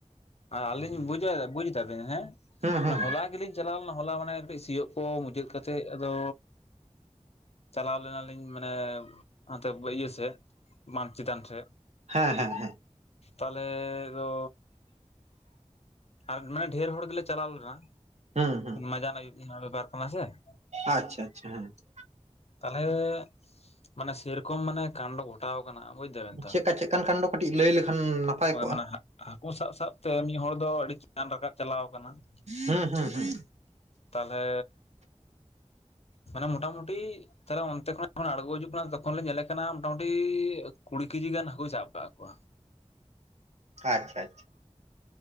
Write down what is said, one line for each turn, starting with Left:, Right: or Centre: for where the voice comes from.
Left: ᱟᱨ ᱟᱹᱞᱤᱧ ᱵᱩᱡᱟ ᱵᱩᱡ ᱫᱟᱵᱤᱱ ᱦᱮᱸ
Right: ᱦᱩᱸ ᱦᱩᱸ
Left: ᱦᱚᱞᱟ ᱜᱮᱞᱤᱧ ᱪᱟᱞᱟᱣ ᱞᱮᱱᱟ ᱦᱚᱞᱟ ᱢᱟᱱᱮ ᱠᱟᱹᱴᱤᱡ ᱥᱤᱭᱳᱜ ᱠᱚ ᱢᱩᱪᱟᱹᱫ ᱠᱟᱛᱮᱜ ᱟᱫᱚ ᱪᱟᱞᱟᱣ ᱞᱮᱱᱟᱞᱤᱧ ᱢᱟᱱᱮ ᱱᱟᱛᱮ ᱤᱭᱟᱹ ᱥᱮᱫ ᱢᱟᱴ ᱪᱮᱛᱟᱱ ᱥᱮᱫ
Right: ᱦᱮᱸ ᱦᱮᱸ ᱦᱮᱸ
Left: ᱛᱟᱦᱚᱞᱮ ᱫᱚ ᱟᱨ ᱢᱟᱱᱮ ᱰᱷᱮᱨ ᱦᱚᱲ ᱜᱮᱞᱮ ᱪᱟᱞᱟᱣ ᱞᱮᱱᱟ
Right: ᱦᱩᱸ ᱦᱩᱸ
Left: ᱢᱟᱡᱟᱱ ᱟᱹᱭᱩᱵ ᱵᱮᱯᱟᱨ ᱠᱟᱱᱟ ᱥᱮ ᱾
Right: ᱟᱪᱪᱷᱟ ᱟᱪᱪᱷᱟ ᱦᱮᱸ ᱾
Left: ᱛᱟᱦᱚᱞᱮ ᱢᱟᱱᱮ ᱥᱮ ᱨᱚᱠᱚᱢ ᱢᱟᱱᱮ ᱠᱟᱰ ᱜᱷᱚᱴᱟᱣ ᱠᱟᱱᱟ ᱵᱩᱡ ᱫᱟᱵᱮᱱ ᱛᱚ
Right: ᱪᱮᱫᱠᱟ ᱪᱮᱫᱠᱟᱱ ᱠᱷᱟᱱ ᱫᱚ ᱠᱟᱹᱴᱤᱡ ᱞᱟᱹᱭ ᱞᱮᱠᱷᱟᱱ ᱱᱟᱯᱟᱭ
Left: ᱾ᱦᱳᱭ
Right: ᱠᱚᱜᱼᱟ
Left: ᱢᱟᱱᱮ ᱦᱟᱠᱳ ᱥᱟᱵ ᱥᱟᱵ ᱛᱮ ᱢᱤᱫ ᱦᱚᱲ ᱫᱚ, ᱟᱹᱰᱤ ᱪᱮᱛᱟᱱ ᱨᱟᱠᱟᱵ ᱪᱟᱞᱟᱣ ᱠᱟᱱᱟ ᱾
Right: ᱦᱩᱸᱻᱦᱩᱸᱻᱦᱩᱸ᱾
Left: ᱛᱟᱦᱚᱞᱮ ᱢᱟᱱᱮ ᱢᱳᱴᱟᱢᱩᱴᱤ ᱛᱟᱦᱚᱞᱮ ᱚᱱᱛᱮ ᱠᱷᱚᱱᱟᱜ ᱡᱚᱠᱷᱚᱱ ᱟᱲᱜᱳ ᱦᱤᱡᱩᱜ ᱠᱟᱱᱟ᱾ ᱛᱚᱠᱷᱚᱱ ᱞᱮ ᱧᱮᱞᱮ ᱠᱟᱱᱟ ᱢᱳᱴᱟ ᱢᱩᱴᱤ, ᱠᱩᱲᱤ ᱠᱮᱡᱤ ᱜᱟᱱ ᱦᱟᱠᱳᱭ ᱥᱟᱵ ᱠᱟᱜ ᱠᱚᱣᱟ ᱾
Right: ᱟᱪᱪᱷᱟ ᱟᱪᱪᱷᱟ ᱾